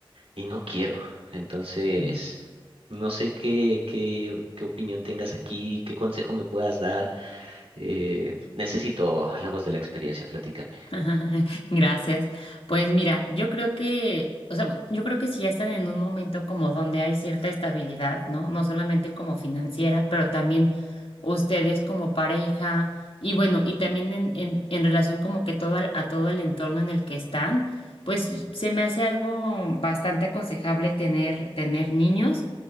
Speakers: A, on the right; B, on the left.
A: y no quiero. Entonces,
B: Ujú.
A: no sé qué, qué, qué opinión tengas aquí, qué consejo me puedas dar. Eh, necesito la voz de la experiencia, platícame.
B: <laughs> Gracias. Pues mira, yo creo que, o sea, yo creo que si ya están en un momento como donde hay cierta estabilidad, ¿no? No solamente como financiera, pero también ustedes como pareja y bueno, y también en, en, en relación como que todo al- a todo el entorno en el que están, pues se me hace algo bastante aconsejable tener, tener niños.